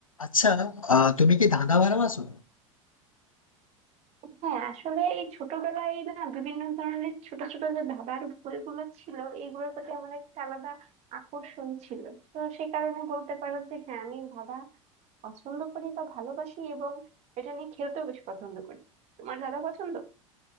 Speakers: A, on the left (about 85°); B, on the right (about 40°).
A: আচ্ছা আহ তুমি কি ধাঁধা ভালোবাসো
B: হ্যাঁ আসলে এই ছোটবেলায় না বিভিন্ন ধরনের ছোট ছোট যে ধাঁধার বইগুলো ছিল এগুলোর প্রতি আমার একটা আলাদা আকর্ষণ ছিল তো সে কারণে বলতে পারো যে হ্যাঁ আমি ধাঁধা পছন্দ করি বা ভালোবাসি এবং এটা নিয়ে খেলতেও বেশ পছন্দ করি তোমার দাদা পছন্দ